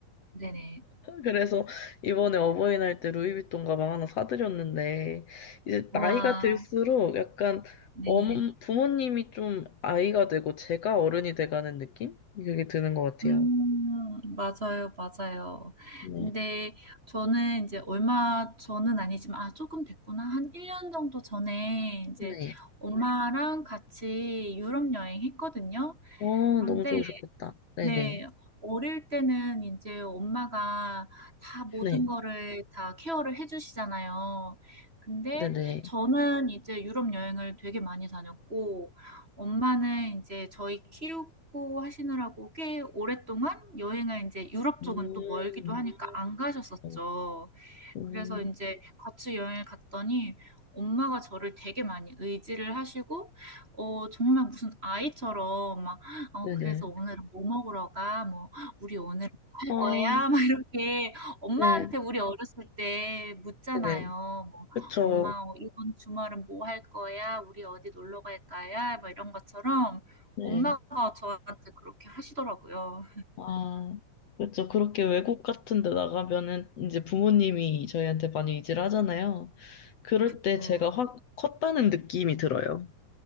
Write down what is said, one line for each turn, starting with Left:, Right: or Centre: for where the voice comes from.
Right: 네네.
Left: 그래서 이번에 어버이날 때 루이비통 가방 하나 사드렸는데 이제
Right: 와,
Left: 나이가 들수록 약간
Right: 네.
Left: 어머, 부모님이 좀 아이가 되고 제가 어른이 돼가는 느낌? 그게 드는 것 같아요.
Right: 음. 맞아요, 맞아요.
Left: 네.
Right: 근데 저는 이제 얼마 전은 아니지만 아 조금 됐구나. 한 1년 정도 전에 이제
Left: 네.
Right: 엄마랑 같이 유럽 여행했거든요.
Left: 어,
Right: 그런데
Left: 너무 좋으셨겠다. 네네.
Right: 네. 어릴 때는 인제 엄마가 다 모든
Left: 네.
Right: 거를 다 케어를 해 주시잖아요. 근데
Left: 네네.
Right: 저는 이제 유럽 여행을 되게 많이 다녔고 엄마는 인제 저희 키우고 하시느라고 꽤 오랫동안 여행을 인제 유럽
Left: 음.
Right: 쪽은 또 멀기도 하니까 안 가셨었죠.
Left: 어, 음.
Right: 그래서 이제 같이 여행을 갔더니 엄마가 저를 되게 많이 의지를 하시고 어 정말 무슨 아이처럼 막 "어
Left: 네네.
Right: 그래서 오늘은 뭐 먹으러 가?" 뭐 "우리 오늘은 뭐 할
Left: 어,
Right: 거야?" <laughs> 막 이렇게 엄마한테
Left: 네.
Right: 우리 어렸을 때 묻잖아요.
Left: 네네.
Right: 뭐
Left: 그쵸.
Right: "엄마 어 이번 주말은 뭐 할 거야? 우리 어디 놀러 갈까요?" 막 이런 것처럼
Left: 네.
Right: 엄마가 저한테 그렇게 하시더라고요.
Left: 아, 그렇죠. 그렇게 외국 같은 데 나가면은 이제 부모님이 저희한테 많이 의지를 하잖아요. 그럴
Right: 그쵸.
Left: 때 제가 확 컸다는 느낌이 들어요.